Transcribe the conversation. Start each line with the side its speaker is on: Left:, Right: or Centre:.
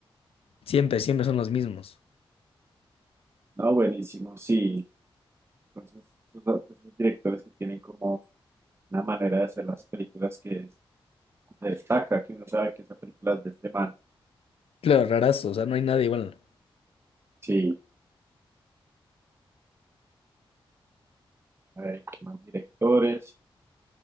Left: Siempre, siempre son los mismos.
Right: no, buenísimo, sí. Entonces, esos, esos directores que tienen como una manera de hacer las películas que es- destaca, que uno sabe que esa película es de este man.
Left: Claro, rarazo. O sea, no hay nada igual.
Right: Sí, a ver, ¿qué más directores?